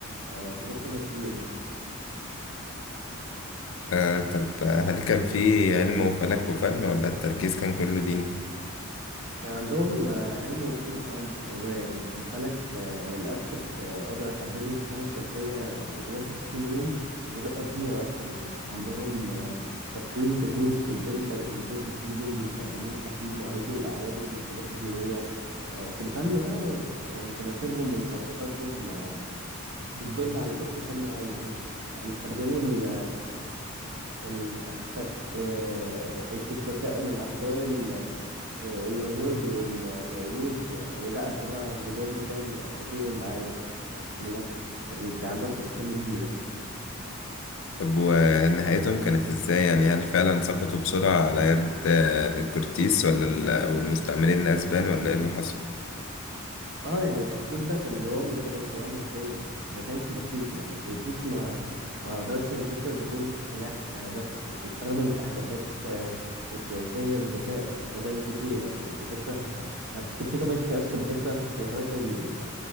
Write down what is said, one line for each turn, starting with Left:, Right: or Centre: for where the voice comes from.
Right: آه، وحاجات تانية كتير يعني
Left: آه طب آه، هل كان في علم وفلك وفن ولا التركيز كان كله ديني؟
Right: كان عندهم آه، علم وفنون اه متطورة يعني في الفلك آه، الأزتك آه، قدروا يحددوا السنة الشمسية ب 365 يوم بدقة كبيرة أصلا يعني كان عندهم آه، تقويم طقوس ب 260 يوم بيستخدموه في تحديد مواعيد الأعياد والمناسبات الدينية آه، في الفن بقى يعني تماثيلهم ومخططاتهم آه، بتدل على حس فني عالي فاهم يعني استخدموا ال- الفس... آه، الفسفساء من أحجار ال- آه، اللازورد والفيروز آه، ونقشوا بقى جدران مشاهد من أساطير ومعارك يعني الدنيا كان كان عندهم حس فني كبير يعني.
Left: طب ونهايتهم كانت ازاي يعني هل فعلا سقطوا بسرعة على يد آه، كورتيس ولا ال- والمستعمرين الأسبان ولا ايه اللي حصل؟
Right: اه يعني السكوت ده كان درامي كده وسريع نسبيا بس ما كانش بسيط يعني الكورتيس ما ما قدرش ينتصر بقوة السلاح آه، بس بس استخدم التحالفات آه، السياسية بذكاء في قبائل كتير يعني كانت بتكره كان في كان في قبائل كتير أصلا كانت بتكره سيطرة ال-